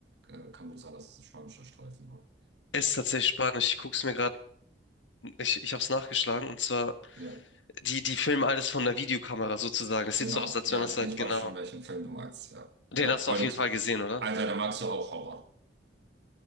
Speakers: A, on the right; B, on the left.
A: Äh, kann gut sein, dass es ein spanischer Streifen war.
B: ist tatsächlich Spanisch. Ich guck's mir gerade, ich, ich habe es nachgeschlagen und zwar
A: Ja,
B: die die filmen alles von der Videokamera sozusagen. Das
A: genau.
B: sieht so aus, als
A: Ja,
B: wenn das halt
A: ich
B: genau.
A: weiß schon, welchen Film du meinst. Ja,
B: Den
A: ja.
B: hast
A: Und
B: du auf jeden Fall
A: äh,
B: gesehen, oder?
A: Alter, da magst du auch Horror,